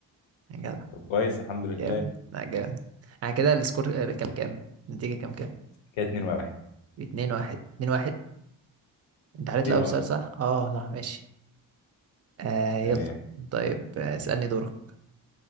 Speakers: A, on the right; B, on the left.
A: يا جدع
B: طب كويس الحمد لله
A: جامد لا جامد يعني كده السكور آه، كام كام النتيجة كام كام
B: كده 2 1
A: اتنين واحد اتنين واحد انت حليت
B: ايوه
A: الأول سؤال
B: آه.
A: صح اه صح ماشي آه يلا
B: تمام
A: طيب آه، اسألني دورك